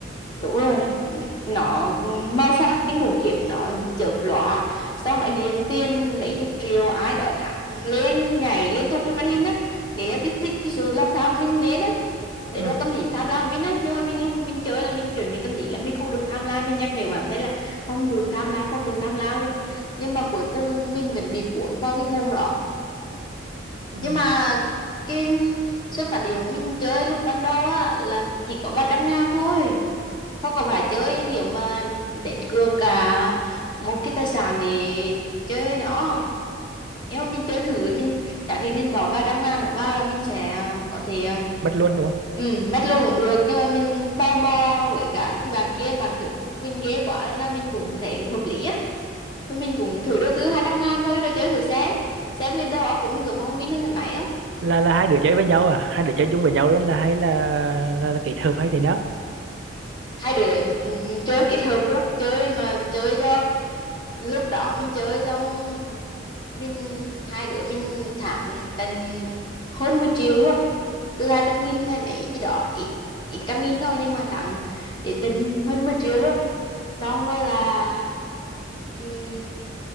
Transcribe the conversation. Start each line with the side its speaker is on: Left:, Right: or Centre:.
Left: đúng rồi nó màu sắc kinh khủng khiếp nó chớp lóa xong lại hiện tiền mấy chục triệu ai đó thẳng lên nhảy liên tục trên màn hình á để kích thích cái sự lòng tham của mình lên á để
Right: ừ.
Left: nó tâm lý tham lam của mình á nhưng mà mình lúc mình chơi là mình chuẩn bị tâm lý là mình không được tham lam mình nhắc nhở bản thân là không được tham lam không được tham lam rồi nhưng mà cuối cùng mình vẫn bị cuốn vào cái guồng đó
Right: Ừ.
Left: nhưng mà cái xuất phát điểm của mình chơi lúc ban đầu á là chỉ có vài trăm ngàn thôi không có phải chơi những kiểu mà đánh cược cả một cái tài sản để chơi nó nếu mà mình chơi thử mình xác định mình bỏ vài trăm ngàn nó vào là mình sẽ có thể um,
Right: mất luôn đúng không
Left: ừ, mất luôn cũng được nhưng mà mình tò mò với cả cái bạn kia bạn thuyết phục mình ghê quá nên là mình cũng thấy cũng hợp lý á Thôi mình cũng thử đầu tư hai trăm ngàn vào cái đồ chơi thử xem xem cái đầu óc của mình có thông minh hơn cái máy không
Right: là là hai đứa chơi với nhau à hai đứa chơi chung với nhau luôn là hay là là, là kết hợp hay thế nào
Left: hai đứa ừ, ừ, chơi kết hợp luôn chơi mà chơi cho lúc đó mình chơi xong mình hai đứa mình thắng tận hơn 10 triệu luôn từ hai trăm nghìn hay mấy gì đó ít ít trăm nghìn thôi nhưng mà thắng đến tận hơn 10 triệu luôn xong rồi là ừm,